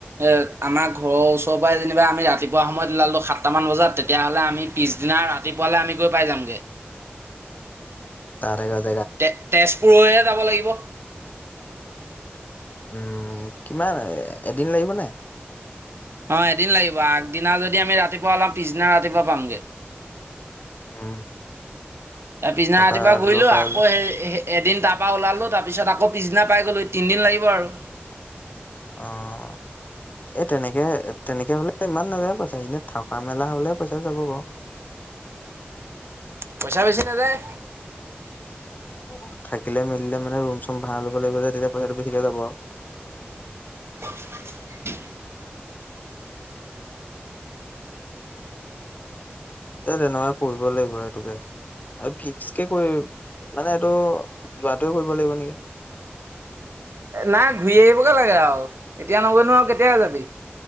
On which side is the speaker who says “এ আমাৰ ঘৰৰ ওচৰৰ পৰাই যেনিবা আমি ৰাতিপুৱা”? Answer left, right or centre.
Right